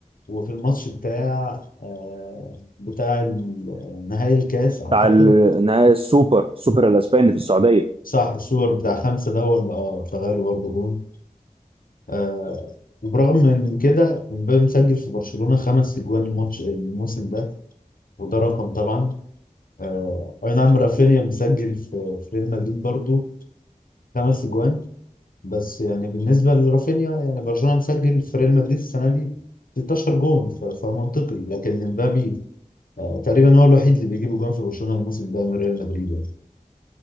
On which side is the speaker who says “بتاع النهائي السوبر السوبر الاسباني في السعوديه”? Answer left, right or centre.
Right